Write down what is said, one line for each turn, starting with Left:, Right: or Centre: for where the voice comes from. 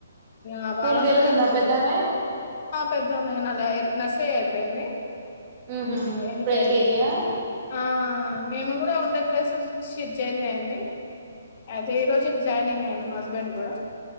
Left: ఆ
Right: స్కూల్
Left: బాగారోజులైతుర్రూ
Right: కి వెళ్తుందా
Left: పోతుర్రు
Right: పెద్దామె
Left: పెద్దమ ఏనా లాయర్ నర్సింగ్ అయిపోయింది
Right: హ్మ్మ్
Left: LKG
Right: ఇప్పుడు L K G yeah
Left: ఆ మేము కూడా ఉండే ప్లేసెస్ శి చేంజ్ ఐంది అదే ఈ రోజే జానింగ్ను అయింది మా బెండ్ కూడా